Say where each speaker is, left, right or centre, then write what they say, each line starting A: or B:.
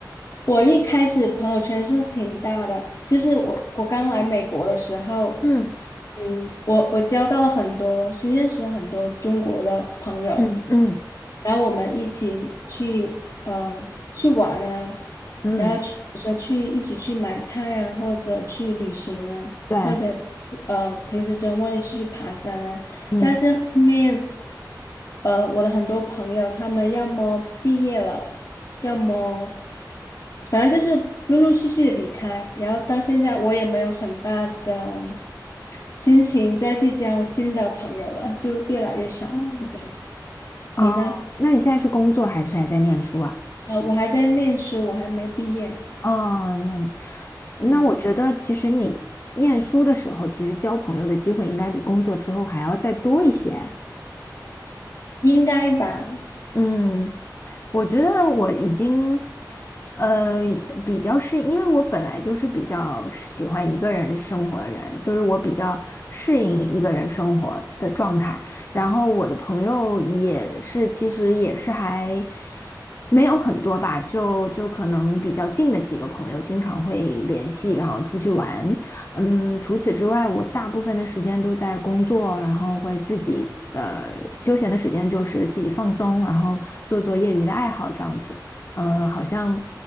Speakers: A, on the left; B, on the left.
A: 我一开始朋友圈是挺大的，就是我我刚来美国的时候，
B: 嗯
A: 嗯，我我交到了很多，新认识了很多中国的朋友，
B: 嗯嗯
A: 然后我们一起去呃去玩啊，
B: 嗯，
A: 然后去比如说去一起去买菜啊，或者去旅行啊，
B: 对，
A: 或者呃平时周末一起去爬山啊，
B: 嗯
A: 但是后面呃我的很多朋友他们要么毕业了。要么反正就是陆陆续续的离开，然后到现在我也没有很大的心情再去交新的朋友了，就越来越少，
B: 嗯。
A: 是这样。你呢？
B: 哦，那你现在是工作还是还在念书啊？
A: 呃，我还在念书，我还没毕业，
B: 哦，那那我觉得其实你念书的时候，
A: 嗯，
B: 其实交朋友的机会应该比工作之后还要再多一些。
A: 应该吧？
B: 嗯，我觉得我已经，呃，比较适，因为我本来就是比较喜欢一个人生活的人，就是我比较适应一个人生活的状态。然后我的朋友也是，其实也是还没有很多吧，就就可能比较近的几个朋友经常会联系，然后出去玩。嗯，除此之外，我大部分的时间都在工作，然后会自己呃休闲的时间就是自己放松，然后做做业余的爱好这样子。呃，好像